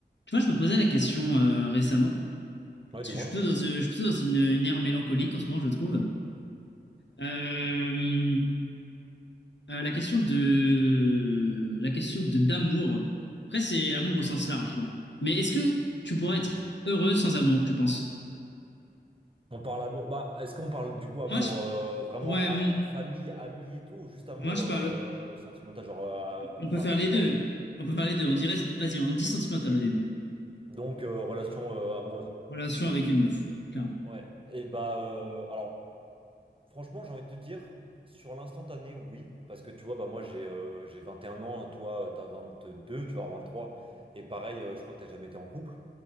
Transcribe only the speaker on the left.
Tu vois, je me posais la question euh, récemment,
parce
que je suis plutôt dans, euh, je suis plutôt dans une, une ère mélancolique en ce moment, je trouve. Euh, euh, la question de, la question de d'amour. Après, c'est l'amour au sens large là. Mais est-ce que tu pourrais être heureux sans amour, tu penses?
Moi, je,
ouais,
m-
moi je
parle.
On
peut faire
les deux. On peut faire les deux. On dirait, vas-y, on dit sentimental au début.
Relation avec une meuf, ouais, clairement.